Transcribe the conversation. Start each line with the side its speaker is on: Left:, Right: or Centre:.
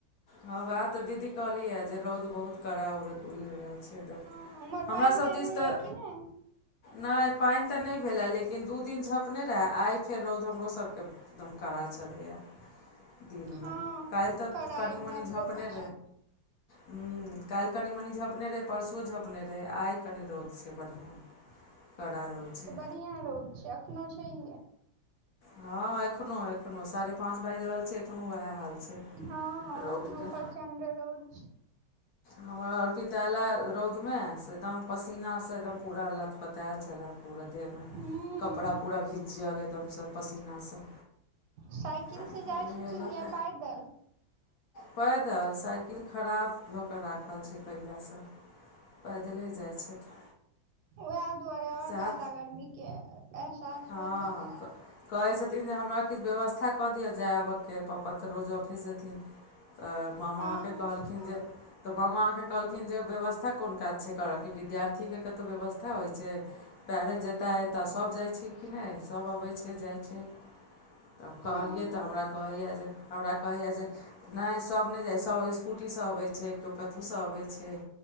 Left: हँ उएह तऽ दीदी कहलियैए जे रौद बहुत कड़ा उड़ि रहल छै एकदम
Right: हँ उम्हर
Left: हमरासभ
Right: पानि तानि
Left: दिस
Right: होइय
Left: तऽ
Right: कि नहि
Left: नहि पानि तऽ नहि भेलै लेकिन दू दिन झप नहि रहय आइ फेर रौद हमरोसभके एकदम कड़ा चलैय दिन
Right: हँ
Left: मे काल्हि
Right: खूब
Left: तऽ
Right: कड़ा एकदम रौद
Left: हूं
Right: छै
Left: हँ काल्हि कनि मनि झपने रहै परसुओ झँपने रहै आइ कनि रौद छै बढ़िआँ कड़ा रौद छै
Right: बढ़ियाँ रौद छै अखनो छैेहे
Left: हँ एखनो एखनो साढ़े पांच बाजि रहल छै एखनो वएह हाल छै
Right: हँ एखनो
Left: रौदके
Right: प्रचण्डे रौद छै
Left: हमर अरपिता एलए रौदमे से एकदम पसीनासँ एकदम पूरा लतपतायल छलै पूरा देहमे
Right: हूँ
Left: कपड़ा पूरा भिजल एकदमसँ पसीनासँ
Right: साइकिल
Left: तैँ
Right: से
Left: फेर
Right: जाइ
Left: नहेलक
Right: छथिन या पैदल?
Left: पैदल साइकिल खराब धऽ कऽ राखल छैय कहिआासँ पैदले जाइ छथि।
Right: वएह दुआरे ओर
Left: सएह
Right: ज्यादा गरमी के एहसास
Left: हँ
Right: होइत हितैत।
Left: क- कहै छथिन जे हमरा किछु व्यवस्था कऽ दिअ जाय आबयके पपापा तऽ रोज ऑफिस जेथिन। तऽ मामा
Right: हँ
Left: अहाँकेँ कहलखिन जे तऽ मामा अहाँकेँ कहलखिन जे व्यवस्था कोन काज छै करय कि विद्यार्थीके कतहु व्यवस्था होइ छैय। पैरेज जेताह अताह सभ जाइ छैय कि नहि सभ अबै छैय जाइ छैय। तब कहलियै
Right: हँ
Left: तऽ हमरा कहैए जे हमरा कहैए जे नहि सभ नहि जाइ छैय सभ स्कूटीसँ अबैत छैय केओ कतहुसँ अबैत छैय।